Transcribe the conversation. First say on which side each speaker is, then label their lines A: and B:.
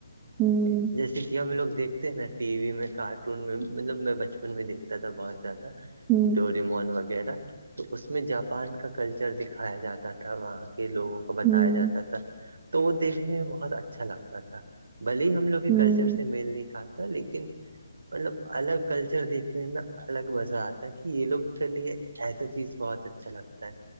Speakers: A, on the right (about 20°); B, on the right (about 65°).
A: ہوں
B: جیسے کہ ہم لوگ دیکھتے ہیں نا ٹی وی میں کارٹون میں مطلب میں بچپن میں دیکھتا تھا بہت تھا
A: ہوں
B: ڈول <unintelligible> ریمون وغیرہ تو اس میں جاپان کا کلچر دکھایا جاتا تھا وہاں لوگوں کو بتایا
A: ہوں
B: جاتا تھا تو وہ دیکھنے میں بہت اچھا لگتا تھا بھلی ہم لوگ
A: ہوں
B: کلچر سے میل نہیں کھا تھا لیکن مطلب الگ کلچر دیکھنے میں الگ مزہ آتا ہے کہ یہ لوگ کے لیے ایسا چیز بہت اچھا لگتا ہے